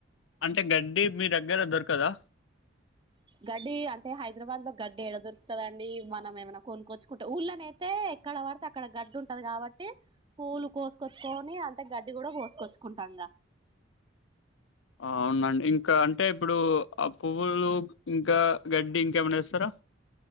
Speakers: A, on the left; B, on the right.
A: అంటే గడ్డి మీ దగ్గర దొరకదా
B: గడ్డి అంటే హైదరాబాద్ లో గడ్డి ఎడ దొరుకుతదండి మనం ఏమైనా కొనుక్కొచ్చుకుంటే ఊళ్ళ నై తే ఎక్కడ పడితే అక్కడ గడ్డుంటది కాబట్టి పూలు కోసుకొచ్చుకొని అంటే గడ్డి కూడా కోసుకొచ్చుకుంటాంగా
A: ఆ అవునండి ఇంకా అంటే ఇప్పుడు ఆ పువ్వులు ఇంకా గడ్డి ఇంకేమైనా ఏస్తారా